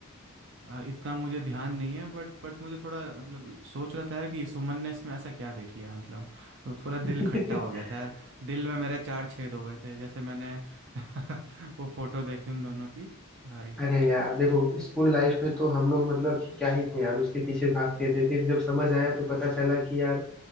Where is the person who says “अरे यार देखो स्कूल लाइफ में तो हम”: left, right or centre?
Centre